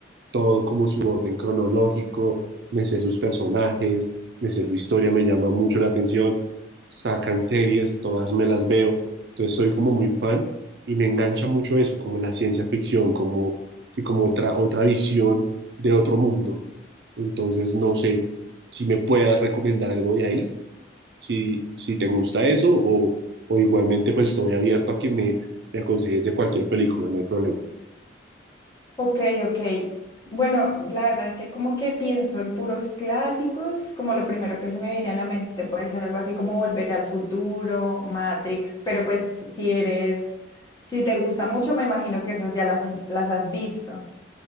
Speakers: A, on the right (about 60°); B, on the left (about 20°).
A: todo como su orden cronológico, me sé sus personajes, me sé su historia, me llama mucho la atención, sacan series, todas me las veo, entonces soy como muy fan y me engancha mucho eso, como la ciencia ficción, como, sí, como otra, otra visión de otro mundo. Entonces no sé si me puedas recomendar algo de ahí, si, si te gusta eso o, o igualmente pues estoy abierto a que me, me aconsejes de cualquier película, no hay problema.
B: Ok, ok. Bueno, la verdad es que como que pienso en puros clásicos, como lo primero que se me viene a la mente puede ser algo así como Volver al Futuro, Matrix, pero pues si eres, si te gusta mucho, me imagino que esas ya las, las has visto.